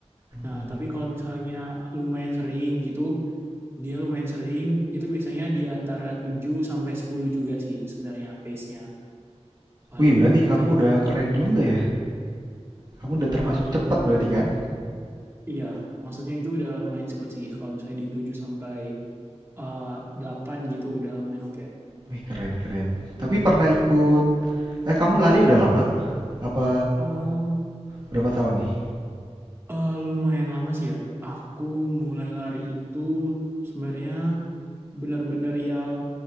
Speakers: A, on the right; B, on the right.
A: nah
B: Menit.
A: tapi kalau misalnya lumayan sering gitu dia lumayan sering itu biasanya di antara 7 sampai 10 juga sih sebenarnya pace-nya paling
B: Wih, berarti kamu
A: kayak
B: udah
A: gitu
B: keren
A: sih
B: juga ya. Kamu udah termasuk
A: Em,
B: cepet berarti kan?
A: iya maksudnya itu udah lumayan cepet sih kalau misalnya di 7 sampai eh 8 gitu udah lumayan oke.
B: Wih, keren keren. Tapi pernah ikut, eh kamu lari udah lama? Apa
A: Em,
B: berapa tahun nih?
A: eh, lumayan lama sih ya. Aku mulai lari itu sebenarnya benar-benar yang